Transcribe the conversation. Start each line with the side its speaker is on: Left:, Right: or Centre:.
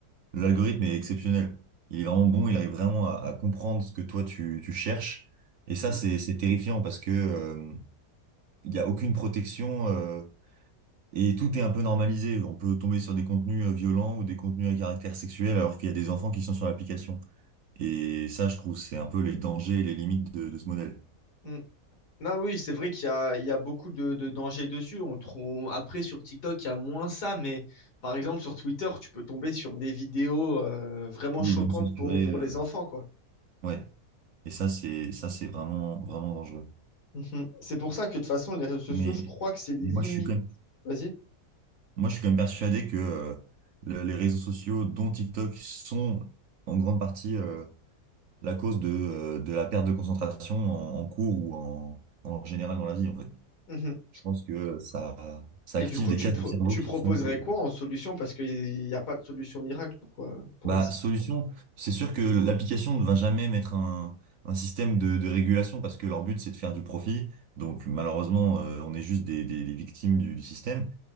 Right: l'algorithme est exceptionnel. Il est vraiment bon, il arrive vraiment à, à comprendre ce que toi, tu, tu cherches. Et ça,
Left: Mm,
Right: c'est, c'est terrifiant parce que euh, il n'y a aucune protection. euh, Et tout est un peu normalisé. On peut tomber sur des contenus euh, violents ou des contenus à caractère sexuel alors qu'il y a des enfants qui sont sur l'application. Et ça, je trouve, c'est un peu les dangers et les limites de, de ce modèle.
Left: mm. Non, oui, c'est vrai qu'il y a, il y a beaucoup de, de dangers dessus. On trouve... Après, sur TikTok, il y a moins ça, mais par exemple, sur Twitter, tu peux tomber sur des vidéos euh, vraiment
Right: Oui,
Left: choquantes
Right: non censuré,
Left: pour, pour
Right: euh,
Left: les enfants, quoi.
Right: ouais. Et ça, c'est ça, c'est vraiment vraiment dangereux.
Left: Mhm. C'est pour ça que de toute façon, les réseaux sociaux,
Right: Mais,
Left: je crois que c'est limite.
Right: mais moi, je suis quand même,
Left: Vas-y.
Right: moi, je suis quand même persuadé que euh, le- les réseaux sociaux, dont TikTok, sont en grande partie euh, la cause de, euh, de la perte de concentration en, en cours ou en, en général dans la vie, en fait.
Left: Mhm.
Right: Je pense que ça, ça
Left: Et
Right: active
Left: du coup,
Right: des
Left: tu,
Right: cases
Left: pro-
Right: du cerveau
Left: tu
Right: qui
Left: proposerais
Right: font que,
Left: quoi en solution? Parce qu'il n'y a pas de solution miracle pour, euh, pour
Right: bah,
Left: essayer.
Right: solution, c'est sûr que l'application ne va jamais mettre un, un système de, de régulation parce que leur but, c'est de faire du profit. Donc, malheureusement, euh, on est juste des, des, des victimes du, du système.